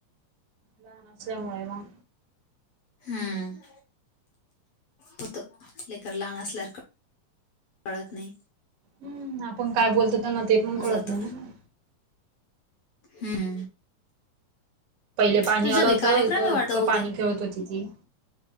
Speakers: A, on the right; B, on the left.
A: लहान असल्यामुळे मग
B: हम्म. होतं लेकरं लहान असल्यावर कळत नाही.
A: हम्म, आपण काय बोलतो त्यांना ते पण
B: होऊन
A: कळत
B: जात,
A: नाही ना
B: हम्म.
A: पहिले पाणी
B: तुझ्या
A: आलं
B: घरी
A: होतं
B: कार्यक्रम
A: इकं
B: आहे वाटत
A: इतकं पाणी
B: उद्या
A: खेळत होती ती.